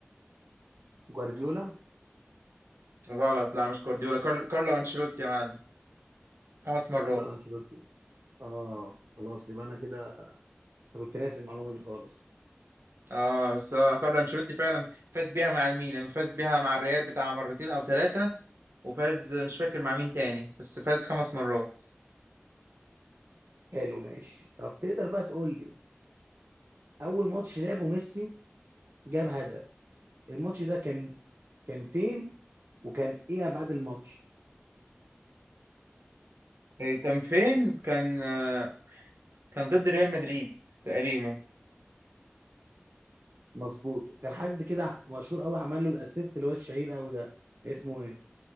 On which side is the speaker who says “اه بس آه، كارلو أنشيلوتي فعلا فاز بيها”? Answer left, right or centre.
Right